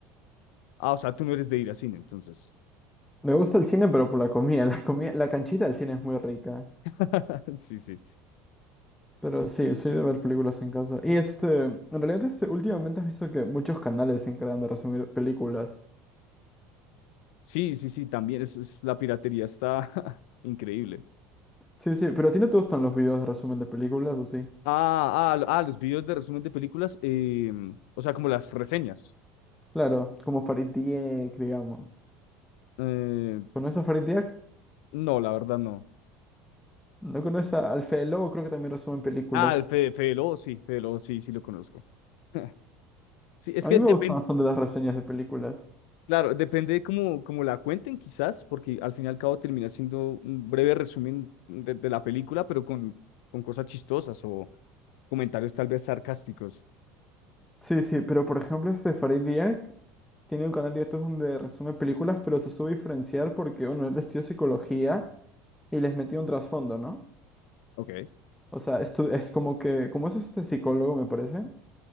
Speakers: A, on the left; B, in the centre.
A: Ah, o sea, tú no eres de ir a cine, entonces.
B: Me gusta el cine, pero por la comida, <laughs> la comida, la canchita del cine es muy rica.
A: <laughs> Sí, sí.
B: Pero sí,
A: Sí,
B: soy de ver películas en casa. Y este, en realidad este, últimamente has visto que muchos canales se encargan de resumir películas.
A: sí, sí, sí, también. Es, es- la piratería está <laughs> increíble.
B: Sí, sí, pero ¿a ti no te gustan los videos de resumen de películas o sí?
A: Ah, ah, lo- ah, los videos de resumen de películas, em, o sea, como las reseñas.
B: Claro, como Farid Dieck, digamos.
A: Eh,
B: ¿Conoces a Farid Dieck?
A: no, la verdad no.
B: ¿No conoces a- al Fede Lobo? Creo que también resumen películas.
A: Ah, el Fede, Fede Lobo, sí, Fede Lobo, sí, sí lo conozco. <laughs> Sí, es
B: A
A: que
B: mí me
A: depende,
B: gustan bastante las reseñas de películas.
A: claro, depende de cómo, cómo la cuenten quizás, porque al fin y al cabo termina siendo un breve resumen de, de la película, pero con, con cosas chistosas o comentarios tal vez sarcásticos.
B: Sí, sí, pero por ejemplo, este Farid Diak tiene un canal de YouTube donde resume películas, pero se sube diferenciar porque, bueno, él estudió psicología y les metió un trasfondo, ¿no?
A: Ok.
B: O sea, estu- es como que, como es este psicólogo, me parece,